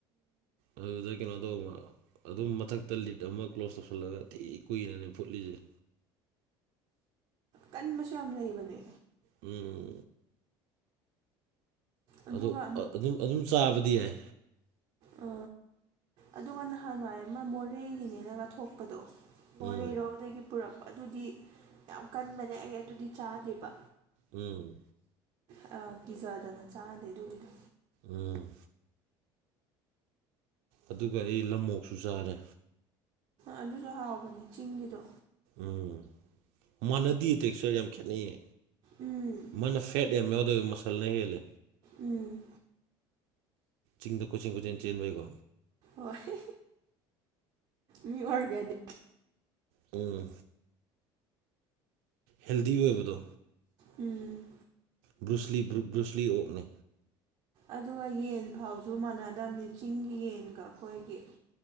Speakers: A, on the right; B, on the right.
A: ꯑꯗꯨꯗ ꯀꯩꯅꯣꯗꯣ ꯑꯗꯨꯝ ꯃꯊꯛ ꯇ ꯂꯤꯠ ꯑꯃ ꯀ꯭ꯂꯣꯖ ꯇꯧꯁꯜꯂꯒꯇꯤ ꯀꯨꯏꯔꯅꯦ ꯐꯨꯠꯂꯤꯁꯦ
B: ꯀꯟꯕꯁꯨ ꯌꯥꯝ ꯂꯩꯕꯅꯦ
A: ꯎꯝ
B: ꯑꯗꯨꯒ
A: ꯑꯗꯣ ꯑꯗꯨꯝ ꯑꯗꯨꯝ ꯆꯥꯕꯗꯤ ꯌꯥꯏ
B: ꯑ ꯑꯗꯨꯒ ꯅꯍꯥꯟꯋꯥꯏ ꯑꯃ ꯃꯣꯔꯦꯒꯤꯅꯦꯅꯒ ꯊꯣꯛꯄꯗꯣ ꯃꯣꯔꯦꯔꯣ
A: ꯎꯝ
B: ꯑꯗꯒꯤ ꯄꯨꯔꯛꯄ ꯑꯗꯨꯗꯤ ꯌꯥꯝ ꯀꯟꯕꯅꯦ ꯑꯩ ꯑꯗꯨꯗꯤ ꯆꯥꯗꯦꯕ
A: ꯎꯝ
B: ꯑ ꯀꯤꯖꯗꯅ ꯆꯥꯗꯦ ꯑꯗꯨꯒꯤꯗꯤ
A: ꯎꯝ ꯑꯗꯨꯒ ꯑꯩ ꯂꯃꯣꯛꯁꯨ ꯆꯥꯔꯦ
B: ꯑꯗꯨꯁꯨ ꯍꯥꯎꯕꯅꯦ ꯆꯤꯡꯒꯤꯗꯣ
A: ꯎꯝ ꯃꯥꯟꯅꯗ ꯇꯦꯛꯆꯔ ꯌꯥꯝ ꯈꯦꯠꯅꯩꯌꯦ
B: ꯎꯝ
A: ꯃꯥꯅ ꯐꯦꯠ ꯌꯥꯝ ꯌꯥꯎꯗꯣꯏꯕ ꯃꯁꯜꯅ ꯍꯦꯜꯂꯦ
B: ꯎꯝ
A: ꯆꯤꯡꯗ ꯀꯣꯏꯆꯤꯟ ꯀꯣꯏꯆꯤꯟ ꯆꯦꯟꯕꯩꯀꯣ
B: ꯍꯣꯏ ꯃꯤ ꯑꯣꯔꯒꯅꯤ
A: ꯎ ꯍꯦꯜꯗꯤ ꯑꯣꯏꯕꯗꯣ
B: ꯎꯝ
A: ꯕ꯭ꯔꯨꯁꯂꯤ ꯕ꯭ꯔꯨꯁꯂꯤ ꯑꯣꯛꯅꯦ
B: ꯑꯗꯨꯒ ꯌꯦꯟ ꯐꯥꯎꯁꯨ ꯃꯥꯟꯅꯗꯝꯅꯤ ꯆꯤꯡꯒꯤ ꯌꯦꯟꯒ ꯑꯩꯈꯣꯏꯒꯤ